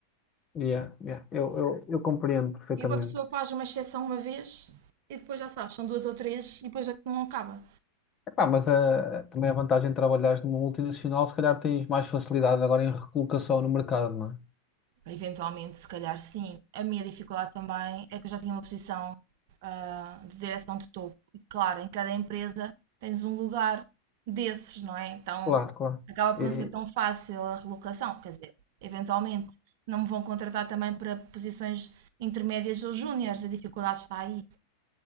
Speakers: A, on the left (about 25°); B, on the right (about 50°).
A: Yeah, yeah. Eu, eu, eu compreendo perfeitamente.
B: E uma pessoa faz uma exceção uma vez e depois já sabes, são duas ou três e depois aquilo não acaba.
A: Epá, mas a, também a vantagem de trabalhares numa multinacional, se calhar tens mais facilidade agora em recolocação no mercado, não é?
B: Eventualmente, se calhar sim. A minha dificuldade também é que eu já tinha uma posição ah, de direção de topo. E claro, em cada empresa tens um lugar desses, não é? Então
A: Claro, claro.
B: acaba por
A: E,
B: não ser tão fácil a relocação. Quer dizer, eventualmente não me vão contratar também para posições intermédias ou júniores. A dificuldade está aí.